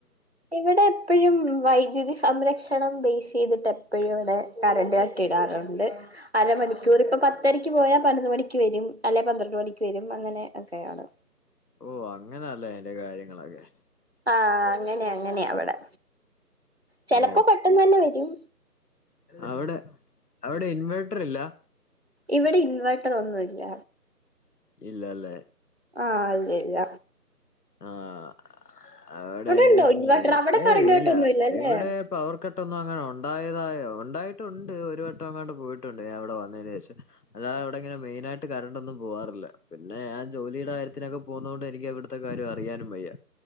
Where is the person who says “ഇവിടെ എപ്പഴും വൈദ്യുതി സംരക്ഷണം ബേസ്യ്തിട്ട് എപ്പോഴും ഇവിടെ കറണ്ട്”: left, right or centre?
Right